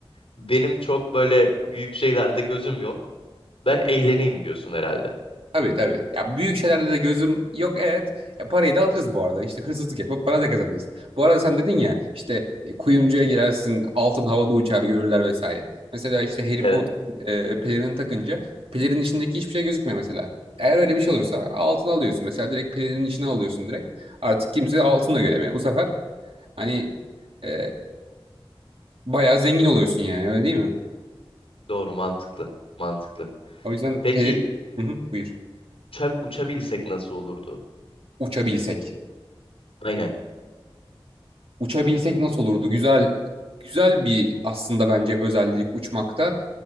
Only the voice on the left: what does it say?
Benim çok böyle büyük şeylerde gözüm yok. Ben eğleneyim diyorsun herhalde.
Evet.
Doğru mantıklı. Mantıklı.
Peki
uça- uçabilsek nasıl olurdu?
Aynen.